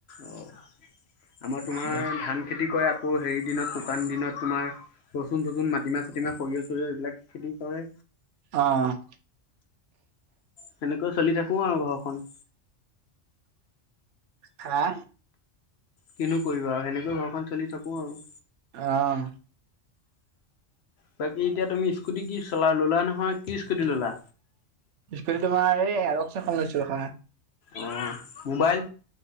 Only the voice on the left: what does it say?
অঁ আমাৰ তোমাৰ
ধান খেতি কৰে। আকৌ হেৰিৰ দিনত শুকান দিনত তোমাৰ ৰচুন- চচুন, মাটিমাহ-চাাটিমাহ, সৰিয়হ-চৰিয়হ এইবিলাক খেতি কৰে।
সেনেকৈ চলি থাকোঁ আৰু ঘৰখন‌।
কিনো কৰিবা আৰু সেনেকৈ ঘৰখন চলি থাকো আৰু।
বাকী এতিয়া তুমি স্কুটি কি চলা ল'লা নহয়? কি স্কুটি ল'লা?
অ' মোবাইল‌?